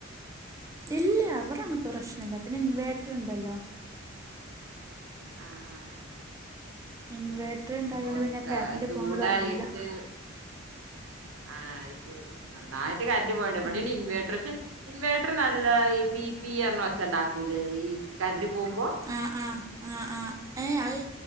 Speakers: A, on the right; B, on the right.
A: ഇല്ല ഇവിടെ അങ്ങനത്തെ പ്രശ്നം ഇല്ല. പിന്നെ ഇൻവേർട്ടർ ഉണ്ടല്ലോ.
B: ആഹ് ആഹ്.
A: ഇൻവേർട്ടർ
B: പിന്നെ
A: ഉണ്ടായോണ്ട്
B: ഇപ്പൊ
A: പിന്നെ
B: ക
A: കറന്റ്
B: ചൂടായിട്ട്.
A: പോണത് അറിയില്ല.
B: ആഹ് അത് ശരി നന്നായിട്ട് കറന്റ് പോയണ്ട് എവിടെണ്ട്
A: ഉം
B: ഇൻവേർട്ടർ ഇൻവേർട്ടർ നല്ല ഈ പി പി എന്ന് ഒച്ച ഉണ്ടാക്കൂല്ലേ, ഈ കറന്റ് പോകുമ്പോ.
A: ആഹ് ആഹ് ആഹ് ആ ഏയ് അത്